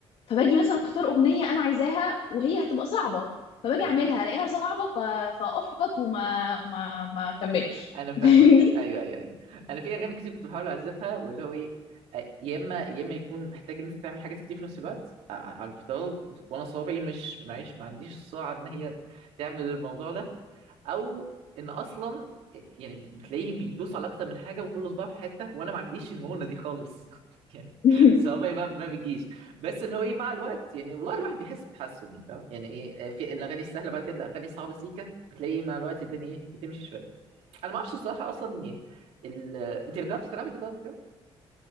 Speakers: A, on the left; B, on the right.
A: فباجي مثلا أختار أغنية أنا عايزاها وهي هتبقى صعبة فباجي
B: ايوه
A: أعملها ألاقيها صعبة ف... فأحبط وما ما ما أكملش
B: انا فاهمك
A: <laughs> فاهمني؟
B: ايوه ايوه ايوه انا في اغاني كتير كنت بحاول اعزفها واللي هو ايه آه، يا اما يا اما يكون محتاج ان انت تعمل حاجات كتير في نفس الوقت آه، آه، على الجيتار وانا صوابعي مش معيش ما عنديش السرعه ان هي تعمل الموضوع ده او ان اصلا يعني بتلاقيه بيدوس على اكتر من حاجه وكل صباع في حته وانا ما عنديش المونه دي خالص <laughs> يعني
A: <laughs>
B: صوابعي ما ما بتجيش بس اللي هو ايه مع الوقت يعني والله الواحد بيحس بتحسن يعني فاهم يعني ايه آه، في الاغاني السهله بعد كده الاغاني الصعبه سيكه بتلاقي مع الوقت الدنيا ايه بتمشي شويه انا ما اعرفش الصراحه اصلا يعني ال... انت جربتي تلعبي جيتار قبل كده؟